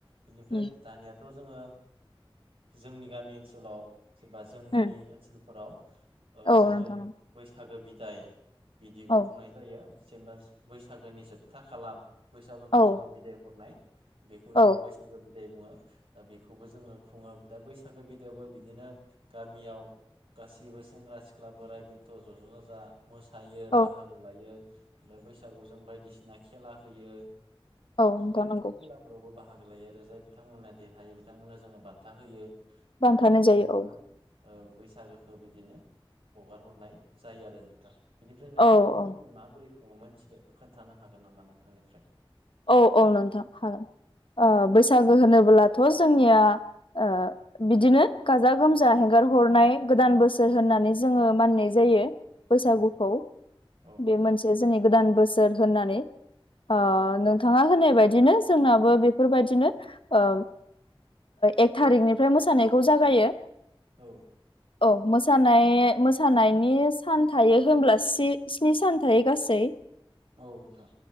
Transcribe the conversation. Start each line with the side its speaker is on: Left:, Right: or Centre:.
Right: बेनिफ्राय
Left: उम
Right: दानिया थ' जोङो जोंनि गामि ओनसोलाव एबा जोंनि
Left: उम
Right: ओनसोल फोराव
Left: औ
Right: जोङो
Left: नोंथां
Right: बैसागो बिदाय बिदिबो
Left: औ
Right: खुंनाय जायो जेनेबा बैसागोनि जोबथा खालार बैसागोखौ
Left: औ
Right: जोङो बिदाय हरनाय बेखौ
Left: औ
Right: जोङो बैसागो बिदाय बुङो दा बेखौबो जोङो खुङो दा बैसागो बिदोआवबो बिदिनो गामियाव गासिबो सेंग्रा सिख्ला बोराइ बेन्थ' ज'ज' जाजा मोसायो
Left: औ
Right: बाहागो लायो ओमफ्राय बैसागुआव जों बायदिसिना खेला होयो
Left: औ नोंथां
Right: बैफोर
Left: नंगौ
Right: खेलाफो फोरावबो बाहागो लायो आरो जाय बिथांमोनहा देरहायो बिथांमोननो जोङो बान्था होयो
Left: बान्थानो
Right: दा बिदिनो
Left: जायो
Right: जोङो
Left: औ
Right: बैसागोखौ बिदिनो हगार हरनाय जायो आरो नोंथां बिनिफ्राय नोंथांमोननिखि
Left: औ औ
Right: माबोरै खुङोमोन मिथिगो खोन्थानो हागोन नामा नोंथांनिफ्राय
Left: औ औ नोंथां हागोन बैसागो होनोबोलाथ' जोंनिया ओ बिदिनो गाजा गोमजा हेंगार हरनाय गोदान बोसोर होननानै जोङो मानिनाय जायो बैसागुखौ
Right: औ औ
Left: बे मोनसे जोंनि गोदान बोसोर होननानै
Right: औ
Left: ओ थाङा होनाय बायदिनो जोंनाबो बेफोरबायदिनो ओ एक थारिकनिफ्राय मोसानायखौ जागायो
Right: औ
Left: औ मोसानाय मोसानायनि सान थायो होनब्ला स्नि सान थायो गासै <inaudible>
Right: औ नोंथां